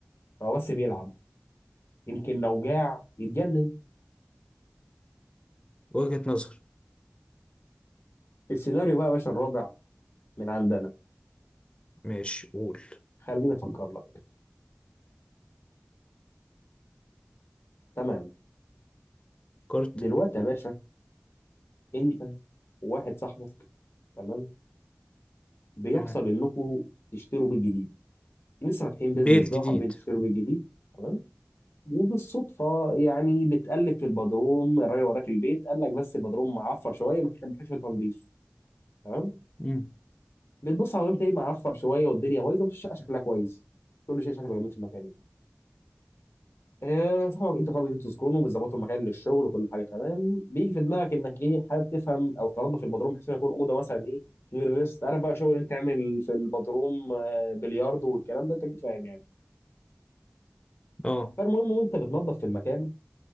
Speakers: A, on the left; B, on the left.
A: هو بس بيلعب يمكن لو جاع يتجنن
B: وجهة نظر
A: السيناريو بقى يا باشا الرابع من عندنا
B: ماشي قول
A: خليني افكر لك تمام
B: كارت
A: دلوقتي يا باشا انت وواحد صاحبك تمام بيحصل
B: تمام
A: انكم تشتروا بيت جديد لسه فاتحين
B: بيت
A: بيزنس بقى
B: جديد
A: وحابين تشتروا بيت جديد تمام وبالصدفه يعني بتقلب في البدروم الراجل وراك البيت قال لك بس البدروم معفر شويه محتاج محتاج شوية تنظيف تمام
B: مم.
A: بتبص على البيت ايه معفر شويه والدنيا بايظه بس الشقه شكلها كويس كل شيء شكله جميل في المكان يعني آه، صاحبك انتوا خلاص بتدوا سكون وبتظبطوا مكان للشغل وكل حاجه تمام بيجي في دماغك انك ايه حابب تفهم او تنظف البدروم بحيث انه يكون اوضه مثلا ايه للريست عارف بقى شغل انت تعمل في البدروم آه، بلياردو والكلام ده انت اكيد فاهم يعني
B: اه
A: فالمهم وانت بتنظف في المكان